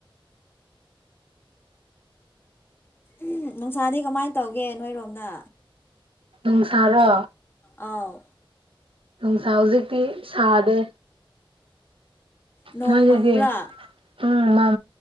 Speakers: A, on the left; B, on the right.
A: ꯎꯝ ꯅꯨꯡꯁꯥꯗꯤ ꯀꯃꯥꯏꯅ ꯇꯧꯒꯦ ꯅꯣꯏꯔꯣꯝꯗ
B: ꯅꯨꯡꯁꯥꯔꯣ
A: ꯑꯥꯎ
B: ꯅꯨꯡꯁꯥ ꯍꯧꯖꯤꯛꯇꯤ ꯁꯥꯗꯦ
A: ꯅꯣꯡ
B: ꯅꯣꯏꯗꯗꯤ
A: ꯃꯪꯕ꯭ꯔꯥ
B: ꯎꯝ